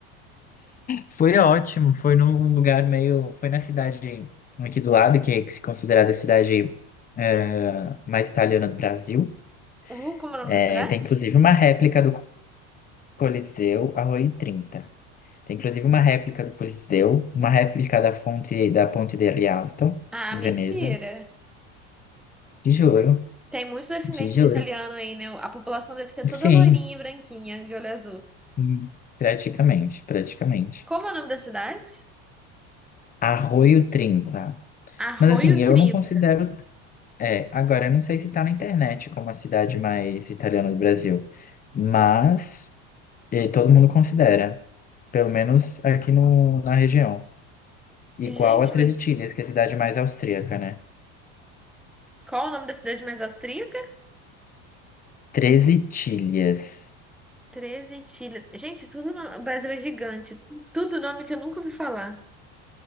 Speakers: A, on the left (about 25°); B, in the centre.
A: foi ótimo, foi num lugar meio, foi na cidade aqui do lado, que é que se considerada a cidade é, mais italiana do Brasil.
B: Uh, como é o nome
A: É,
B: da cidade?
A: tem inclusive uma réplica do Coliseu, Arroio Trinta Tem inclusive uma réplica do Coliseu, uma réplica da fonte da Ponte de Rialto,
B: Ah,
A: de
B: mentira.
A: Veneza. De juro,
B: Tem muitos descendentes
A: de juro.
B: de italiano aí, né? A população deve ser toda
A: Sim,
B: loirinha e branquinha, de olho azul.
A: hum, praticamente, praticamente.
B: Como é o nome da cidade?
A: Arroio Trinta.
B: Arroio
A: Mas assim, eu
B: Trinta.
A: não considero. É, agora, eu não sei se tá na internet como a cidade mais italiana do Brasil, mas eh, todo mundo considera, pelo menos aqui no, na região. Igual
B: Gente,
A: a Treze
B: mas
A: Tílias, que é a cidade mais austríaca, né?
B: qual é o nome da cidade mais austríaca?
A: treze tilhas.
B: 13 Tilhas. Gente, tudo no... o Brasil é gigante. Tudo nome que eu nunca ouvi falar.